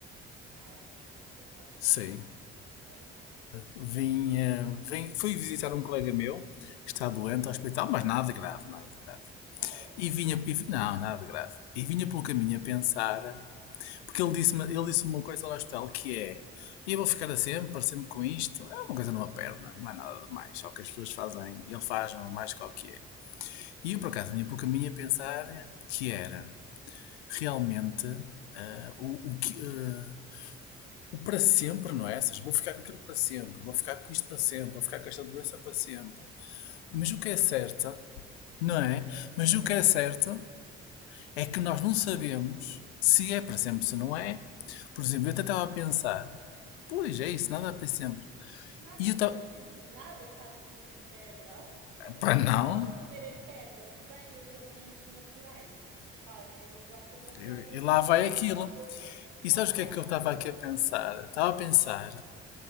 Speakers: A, on the right (about 75°); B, on the left (about 80°).
A: Ai, faz falta, faz falta,
B: Sim.
A: faz falta.
B: Vim, eh, vim- fui visitar um colega meu que está doente
A: Sim.
B: ao hospital, mas nada de grave, nada de grave.
A: Oh,
B: E vinha, e vi- não, nada de grave. E vinha pelo caminho a pensar
A: Sim.
B: Porque ele disse-me ele disse uma coisa lá hospital que é. E eu vou ficar a sempre, sempre com isto. É uma coisa numa perna, não é nada demais. Só que as pessoas fazem, ele faz mais que o que é. E eu, por acaso, vinha para o caminho a pensar que era realmente ah, o, o que. ah, o para sempre, não é? Ou seja, vou ficar com aquilo para sempre, vou ficar com isto para sempre, vou ficar com esta doença para sempre. Mas
A: Ai,
B: o
A: o
B: que
A: para
B: é certo,
A: sempre.
B: não é?
A: O para sempre
B: Mas o que
A: é.
B: é
A: <laughs>
B: certo é que nós não sabemos se é para sempre, se não é. Por exemplo, eu até estava
A: Nada
B: a pensar,
A: é.
B: pois é isso, nada é para sempre.
A: Nada
B: E
A: é
B: eu
A: para
B: estava,
A: sempre, nada está escrito em pedra. <laughs> Até
B: para
A: porque
B: não,
A: tu podes escrever em pedra, vêm os elementos naturais, fazem erosão sobre a pedra
B: e
A: e
B: lá
A: apagou-se.
B: vai aquilo.
A: Puf!
B: E
A: Lá
B: sabes
A: vai
B: o que é que
A: aquilo.
B: eu estava aqui a pensar? Estava a pensar